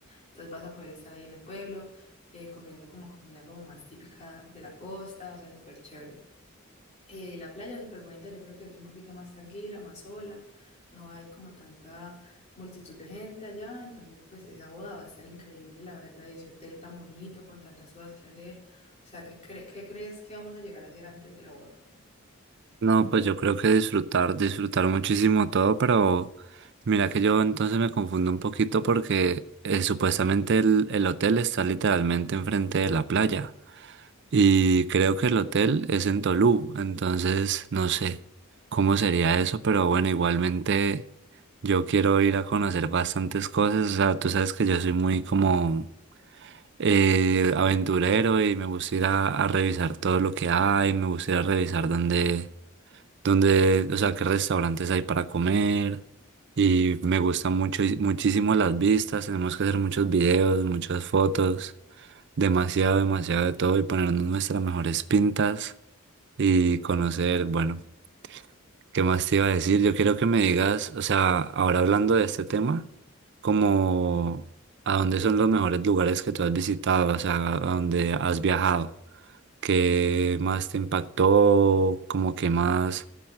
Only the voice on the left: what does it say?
entonces vas a poder estar ahí en el pueblo, eh, comiendo como comida como más típica de la costa, o sea, súper chévere. Eh, la playa es súper bonita, yo creo que es un poquito más tranquila, más sola, no hay como tanta multitud de gente allá, entonces pues esa boda va a estar increíble, la verdad, ese hotel tan bonito, con tantas cosas que hacer, o sea, ¿qué, cre- qué crees que vamos a llegar a hacer antes de la boda?